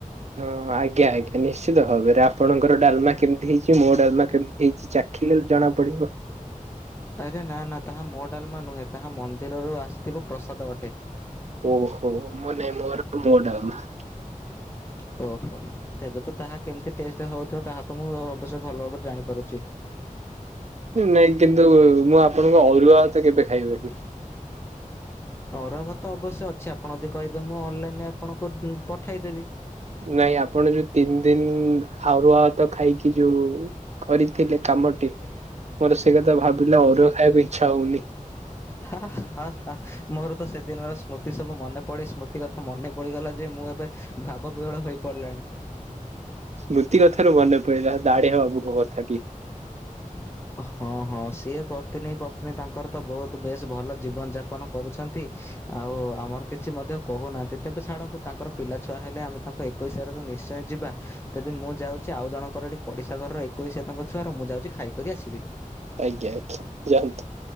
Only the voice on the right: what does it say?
ହଁ ଆଜ୍ଞା ଆଜ୍ଞା ନିଶ୍ଚିତ ଭାବରେ ଆପଣଙ୍କ ଡାଲମା କେମିତି ହେଇଛି ମୋ ଡାଲମା କେମତି ହେଇଛି ଚାଖିଲେ ଜଣା ପଡିବ।
ଓହୋ ମୁଁ ନାଇଁ ମୋର ମୋ ଡାଲମା।
ନାଇଁ କିନ୍ତୁ ମୁଁ ଆପଣଙ୍କ ଅରୁଆ ଭାତ କେବେ ଖାଇବିନି।
ନାଇଁ ଆପଣ ଯୋଉ ତିନି ଦିନ ହାରୁଆ ଭାତ ଖାଇକି ଯୋଉ କରିଥିଲେ କାମଟି। ମୋର ସେଇ କଥା ଭାବିଲା ଅରୁଆ ଖାଇବାକୁ ଇଚ୍ଛା ହଉନି।
ସ୍ମୃତି କଥାରୁ ମନେ ପଡିଲ ଦାଢିଆ ବାବୁଙ୍କ କଥା ଟିକେ।
ଆଜ୍ଞା ଆଜ୍ଞା ଯାନ୍ତୁ।